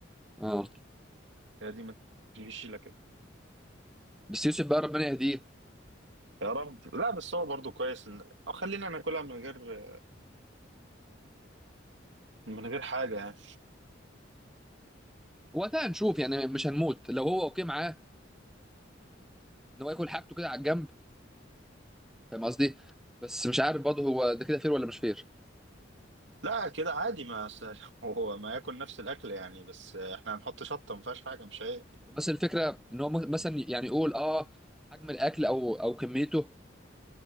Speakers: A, in the centre; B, on the right.
A: اه
B: هي دي ما تمشيش الا كده
A: بس يوسف بقى ربنا يهديه
B: يا رب لا بس هو برضو كويس ان او خلينا ناكلها من غير من غير حاجه يعني
A: وقتها هنشوف يعني مش هنموت لو هو اوكي معاه ان هو ياكل حاجته كده على الجنب فاهم قصدي بس مش عارف برضه هو ده كده فير ولا مش فير
B: لا كده عادي ما س- <laughs> هو ما ياكل نفس الاكل يعني بس احنا هنحط شطه ما فيهاش حاجه مش هي
A: بس الفكره ان هو م- مثلا يعني يقول اه حجم الاكل او او كميته